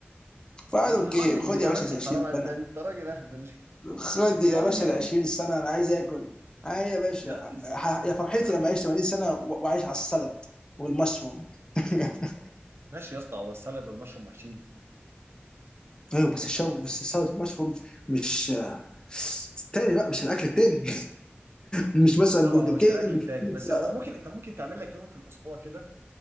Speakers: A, on the left; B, on the right.
A: فقال
B: ليه
A: اوكي
B: يا راجل
A: خد
B: يا
A: يا باشا
B: راجل
A: 20
B: حرام عليك
A: سنه
B: ده انت راجل اهبل
A: خد
B: <laughs>
A: يا
B: يا عم
A: باشا
B: يعني
A: ال 20 سنه انا عايز اكل اي يا باشا
B: يا عم ازاي
A: ه-
B: يا عم
A: يا فرحتي
B: يا عم
A: لما اعيش 80 سنه و- واعيش على السلد والمشروم <laughs>
B: ماشي يا اسطى هو السلد والمشروم وحشين
A: ايوه بس الشاب بس السلد والمشروم مش آه، التاني بقى مش الاكل التاني <laughs> مش مثلا
B: لا
A: برجر
B: ما هو مش
A: كينج
B: الاكل التاني
A: مش بيتزا
B: بس هو ممكن انت ممكن تعمل لك يوم في الاسبوع كده